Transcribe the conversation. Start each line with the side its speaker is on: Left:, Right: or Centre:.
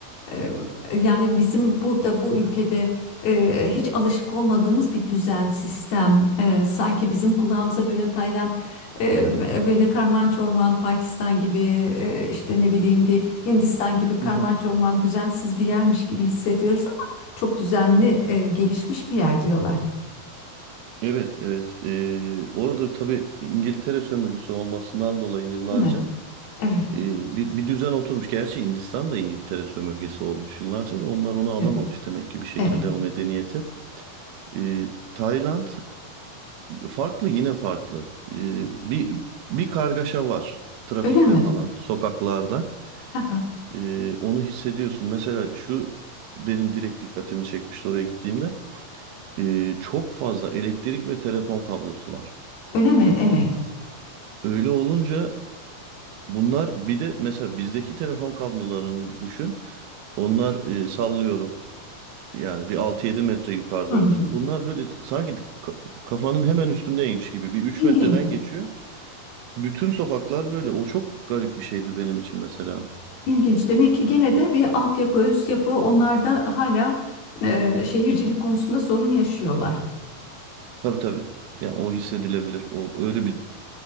Left: E, Yani bizim burada bu ülkede e, hiç alışık olmadığımız bir düzen sistem. E, sanki bizim kulağımıza böyle Tayland, e, böyle karman çorman Pakistan gibi e, işte ne bileyim bir Hindistan gibi karman
Right: Hı hı.
Left: çorman düzensiz bir yermiş gibi hissediyoruz ama çok düzenli e, gelişmiş bir yer diyorlar.
Right: Evet, evet. Ee, orada tabii İngiltere sömürgesi olmasından dolayı yıllarca
Left: Değil mi? Evet.
Right: e, bir, bir düzen oturmuş. Gerçi Hindistan da İngiltere sömürgesi olmuş yıllarca da onlar onu alamamış
Left: Evet.
Right: demek ki bir şekilde
Left: Evet.
Right: o medeniyeti. E, Tayland e, farklı yine farklı. E, bir bir kargaşa var trafikte
Left: Öyle mi?
Right: falan, sokaklarda.
Left: <laughs>
Right: E, onu hissediyorsun. Mesela şu benim direkt dikkatimi çekmişti oraya gittiğimde. E, çok fazla elektrik ve telefon kablosu var.
Left: Öyle mi? Evet.
Right: Öyle olunca bunlar bir de mesela bizdeki telefon kablolarını düşün. Onlar e, sallıyorum yani bir altı yedi metre yukarıda
Left: Hı hı.
Right: olsun. Bunlar böyle sanki ka- kafanın hemen üstündeymiş gibi bir üç
Left: İlginç.
Right: metreden geçiyor. Bütün sokaklar böyle. O çok garip bir şeydi benim için mesela.
Left: İlginç. Demek ki gene de bir altyapı, üst yapı onlar da hala e, şehircilik konusunda sorun yaşıyorlar.
Right: Tabii tabii. Ya o hissedilebilir. O öyle bir